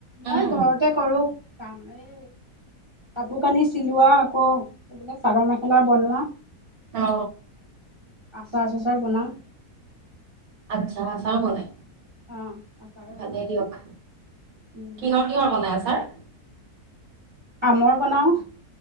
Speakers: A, on the right; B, on the right.
A: মই
B: উম,
A: ঘৰতে কৰো, কাম এই কাপোৰ কানি চিলোৱা আকৌ এইবিলাক চাদৰ মেখেলা বনোৱা
B: অ
A: আচ- চাৰ তাচাৰ বনাওঁ।
B: আচ্ছা আচাৰো বনাই।
A: অ আচাৰ বনাওঁ
B: ভালেই দিয়ক।
A: উম
B: কিহৰ কিহৰ বনাই আচাৰ?
A: আমৰ বনাও